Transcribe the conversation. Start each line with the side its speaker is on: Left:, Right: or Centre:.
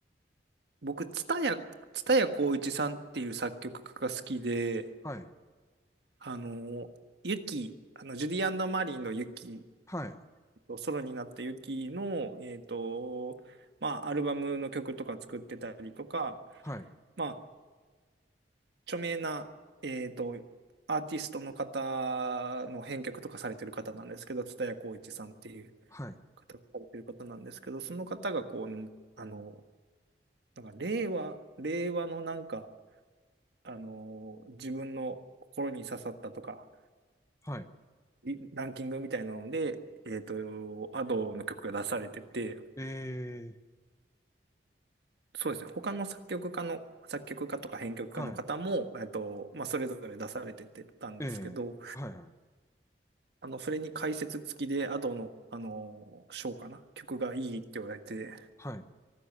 Right: 僕、蔦谷、蔦谷好位置さんっていう作曲家が好きで、
Left: はい。
Right: あの、ユキ、あの、ジュディマリーのユキ、
Left: はい。
Right: えっとソロになったユキの、えっと、まあ、アルバムの曲とか作ってたりとか、
Left: はい。
Right: まあ、著名な、えっと、アーティストの方の編曲とかされてる方なんですけど、蔦谷好位置さんっていう
Left: はい。
Right: 方がされてる方なんですけど、その方がこう、あの、なんか令和、令和のなんか、あの、自分の心に刺さったとか、
Left: はい。
Right: リランキングみたいなので、えっと、アドの曲が出されてて、
Left: えー、
Right: そうですね、他の作曲家の、作曲家とか編曲家の方も、
Left: は
Right: えっと、まあ、それぞれ出されててたんですけど、
Left: い。えー、はいはい。
Right: あの、それに解説付きでアドの、あの、賞かな、曲がいいって言われて、
Left: はい。